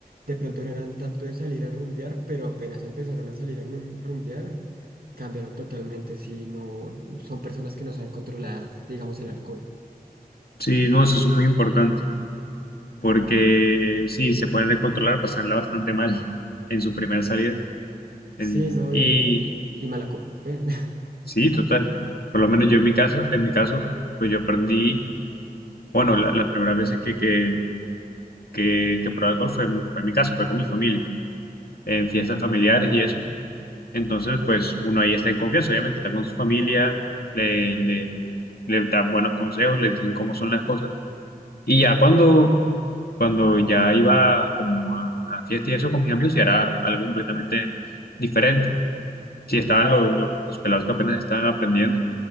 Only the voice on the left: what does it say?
Sí, no, eso es muy importante, porque sí, se pueden descontrolar, pasarla bastante mal en su primera salida. En-
y,
Sí, total. Por lo menos yo en mi caso, en mi caso, pues yo aprendí, bueno, la- las primeras veces que, que, que, que probé alcohol fue, en- fue en mi casa, fue con mi familia, en fiestas familiares y eso. Entonces, pues uno ahí está en confianza, obviamente, está con su familia, le, le, le dan buenos consejos, le dicen cómo son las cosas. Y ya cuando, cuando ya iba como a, a fiestas y eso con mis amigos, ya era algo completamente diferente. si estaban los, los, los pelados que apenas estaban aprendiendo